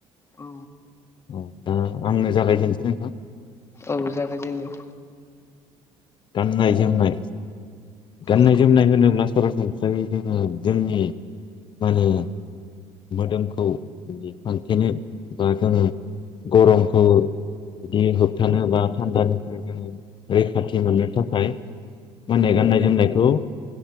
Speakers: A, on the left (about 25°); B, on the left (about 45°).
A: औ
B: अ दा आंनो जागाय ग्रोनसै नोंथां
A: औ जागाय जेनदो
B: गाननाय जोमनाय गाननाय
A: औ
B: जोमनाय होनोब्ला थ' सरासन हिसाबै जोङो जोंनि मा ने मोदोमखौ बिदि फांथेनो ओ जोङो गरमखौ बिदि होबथानो बा थान्दानिफ्राय रैखाथि मोननो थाखाय माहोनो
A: औ
B: गाननाय जोमनायखौ